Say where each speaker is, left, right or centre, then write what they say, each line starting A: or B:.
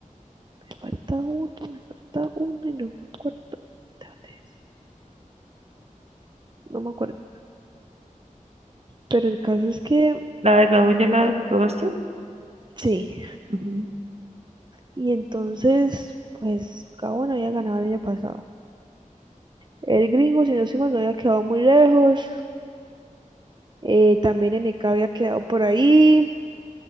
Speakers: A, on the right; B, on the right.
A: falta uno, me falta uno y no me acuerdo. ¿Dónde es? No me acuerdo. Pero el caso es que,
B: ¿La de Gabón ya la probaste?
A: sí,
B: Ujú.
A: Y entonces, pues Gabón había ganado el año pasado. El gringo, si no se mal, no había quedado muy lejos. Eh, también Eneca había quedado por ahí.